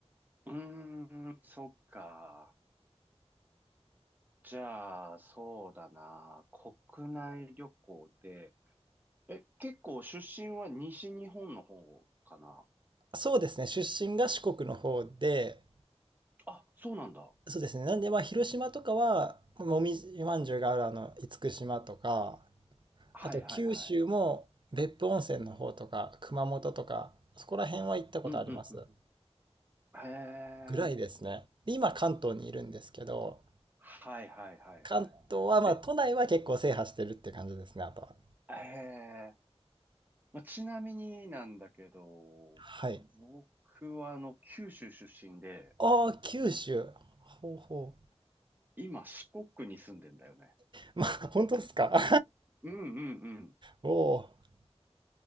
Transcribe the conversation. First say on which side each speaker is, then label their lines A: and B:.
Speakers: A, on the right; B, on the right.
A: うーん、そっか。じゃあ、そうだな。国内旅行で、え、結構出身は西日本の方かな。
B: そうですね、出身が四国の方で、
A: あ、そうなんだ。
B: そうですね、なんでまあ広島とかは、もみじまんじゅうがあるあの厳島とか、
A: はいはいはい。
B: あと九州も別府温泉の方とか、熊本とか、そこら辺は行ったことあります。
A: うんうんうん。へえ。
B: ぐらいですね。で、今関東にいるんですけど、
A: はいはいはいは
B: 関東は、まあ、
A: い。え、
B: 都内は結構制覇してるって感じですね、あとは。
A: えへえ。まあ、ちなみになんだけど、
B: はい。
A: 僕はあの、九州出身で、
B: ああ、九州。ほうほ
A: 今四国に住んでんだよね。
B: う。<laughs> まあ、本当ですか <laughs>
A: うんうんうん。
B: おおー。